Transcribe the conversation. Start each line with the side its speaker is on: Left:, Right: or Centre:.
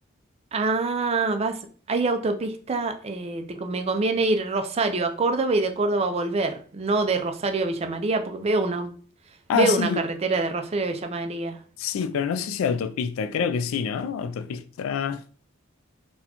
Right: Ah, vas, hay autopista, eh, te con- me conviene ir Rosario a Córdoba y de Córdoba a volver, no de Rosario a Villa María, porque veo una, au-
Left: Ah,
Right: veo
Left: sí,
Right: una carretera de Rosario a Villa María.
Left: Sí, pero no sé si autopista, creo que sí, ¿no? Autopista.